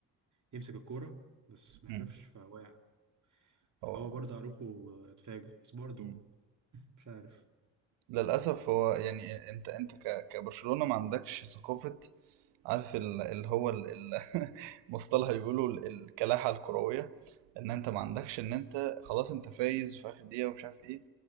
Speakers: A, on the right; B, on the right.
A: يمسك الكوره بس ما
B: مم.
A: عرفش فوقع فهو
B: هو
A: برضه اروخو اتفاجئ بس برضه
B: مم.
A: مش عارف
B: للأسف هو يعني أنت أنت ك- كبرشلونة ما عندكش ثقافة عارف ال- اللي هو ال- ال- <laughs> مصطلح بيقولوا ال- الكلاحة الكروية إن أنت ما عندكش إن أنت خلاص أنت فايز في آخر دقيقة ومش عارف إيه